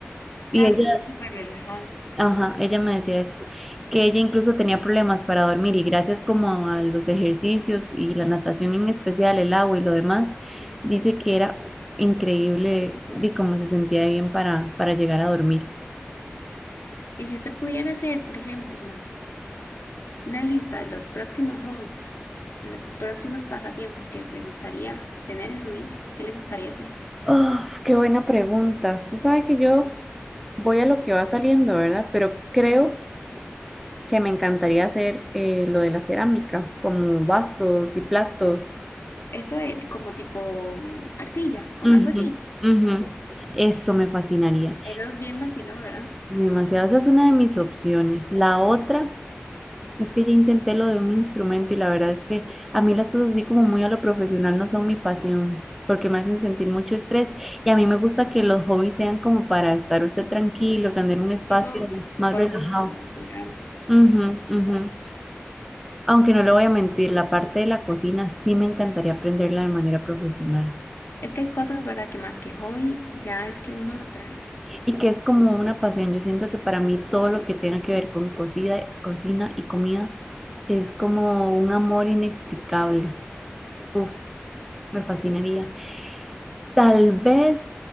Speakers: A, in the centre; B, on the left.
A: Y
B: Claro,
A: ella
B: seguro súper relajado.
A: Ajá, ella me decía eso, que ella incluso tenía problemas para dormir y gracias como a los ejercicios y la natación en especial, el agua y lo demás, dice que era increíble de cómo se sentía bien para, para llegar a dormir.
B: Y si usted pudiera hacer, por ejemplo, una lista de los próximos hobbies, o los próximos pasatiempos que le gustaría tener en su vida, ¿qué le gustaría hacer?
A: Uf, qué buena pregunta. Usted sabe que yo voy a lo que va saliendo, ¿verdad? Pero creo que me encantaría hacer eh, lo de la cerámica, como vasos y platos.
B: Esto de como tipo mm, arcilla, con
A: Ujú,
B: algo así.
A: ujú. Eso me fascinaría.
B: Eso es bien vacilón, ¿verdad?
A: Demasiado, esa es una de mis opciones. La otra es que ya intenté lo de un instrumento y la verdad es que a mí las cosas así como muy a lo profesional no son mi pasión porque me hacen sentir mucho estrés y a mí me gusta que los hobbies sean como para estar usted tranquilo, tener un espacio
B: Algo
A: más
B: por
A: relajado.
B: gusto, natural.
A: Ujú, ujú. Aunque no le voy a mentir, la parte de la cocina sí me encantaría aprenderla de manera profesional.
B: Es que hay cosas, ¿verdad? Que más que hobby, ya es que uno lo trae.
A: Y que es como una pasión. Yo siento que para mí todo lo que tenga que ver con cocida- cocina y comida es como un amor inexplicable. Uf, me fascinaría. Tal vez,